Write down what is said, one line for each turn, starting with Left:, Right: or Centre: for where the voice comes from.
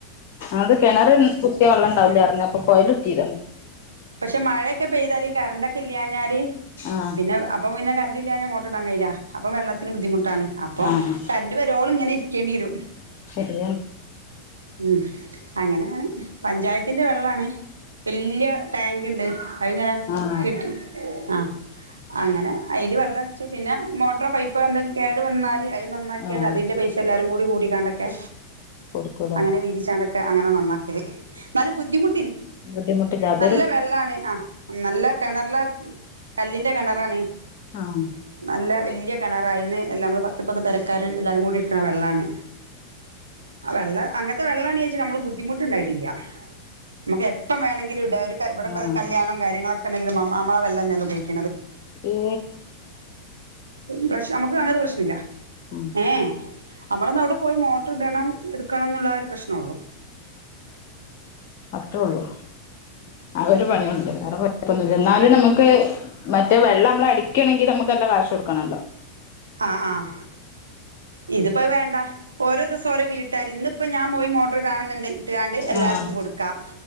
Left: അത് കെണറ് കുത്തിയ വെള്ളം ഉണ്ടാവില്ലർഞ്ഞപ്പൊ കൊയലു ത്തില
Right: പക്ഷെ മഴയൊക്കെ പെയ്താല് ഈ കറണ്ട് ഒക്കെ ഇല്ലഞ്ഞാല്
Left: ആ
Right: പിന്നെ അപ്പം പിന്നെ കറണ്ട് ഇല്ലാഞാ മോട്ട്ർ ഇടാൻ കഴിയില്ല അപ്പൊ വെള്ളത്തിന് ബുദ്ധിമുട്ടാണ് അപ്പൊ
Left: ആഹ്
Right: കറണ്ട് വരുവോള് ഇങ്ങനെ ഇര് ക്കേണ്ടിവരും
Left: ശരിയാണ്
Right: ഉം അങ്ങനെയാണ് പഞ്ചായത്തിന്റെ വെള്ളാണ് വല്യ ടാൻക്ണ്ട് <unintelligible>
Left: ആഹ്
Right: കിട്ടി ആ അങ്ങനെ അയ്ല് വെള്ള അടിച്ച് പിന്നെ മോട്ടറോ പൈപ്പോ എന്തോ കേടു വന്നാൽ അ നന്നാക്കിയാൽ
Left: ആഹ്
Right: അതിന്റെ പൈസ എല്ലാരും കൂടി കൂടി ക്കാണ്ടൊക്കെ
Left: കൊടുക്കൂലേ
Right: അങ്ങനെ വീതി ചാൻണ്ട് ഒക്കെ. ക്കെ അങ്ങനെ നന്നാക്കല്. ന്നാലും ബുദ്ധിമു
Left: ബുദ്ധിമുട്ടില്ലാതെ
Right: നല്ല വെള്ളാണ് ആ. നല്ല കെണറിലെ കല്ലിന്റെ കെണറാണ്.
Left: ആഹ്
Right: നല്ല വല്യ കെണറാ അയിന്ന് എല്ലാം നമ്മള് പത്ത്മുപ്പത് പെരക്കാര് എല്ലാരും കൂടി ഇട്ക്ക്ണ വെള്ളാണ്. ആ വെള്ള, അങ്ങനത്തെ വെള്ളണെച്ച് നമ്മള് ബുദ്ധിമുട്ട്ണ്ടായിട്ടില്ല. മ്മക്ക് എപ്പം വേണമെങ്കിലും ഇടാ. ഒരു ക ഇവിടെപ്പൊ
Left: ആഹ്
Right: കല്യാണവും കാര്യങ്ങളൊക്കെ കണെങ്കിലും നമ്മ നമ്മളാ വെളളം തന്നെ ഉപയോഗിക്ക
Left: ഏ
Right: പ്രശ് നമ്മ്ക്ക് അങ്ങനത്തെ പ്രശ്നില്ല
Left: ഉം
Right: ഏ ഏ നമ്മളൊന്നവ്ടെ പോയി മോട്ടർ ഇടം, ഇട്ക്കണംന്ന്ള്ള ആ ഒരു പ്രശ്നൊള്ളു.
Left: അത്രുള്ളു. ആ ഒരു പണിയൊളളു വേറെ കൊഴ്പൊന്നൂല്ല, എന്നാലും നമുക്ക് മറ്റേ വെള്ളം നമ്മള അടി നക്കണെങ്ക നമുക്ക് നല്ലാം കാശ കൊടുക്കണല്ലോ
Right: ആ ആ ഇത്പ്പോയി വേണ്ട ഓരോ ദിവസം രോ വീട്ടുകാര് ഇപ്പോൊ ഞാൻ പോയി മോട്ടോർ കാണുന്നുണ്ട് ഇട്ടാണ്ട് എല്ലാവർക്കും
Left: ആഹ്
Right: കൊടുക്കാം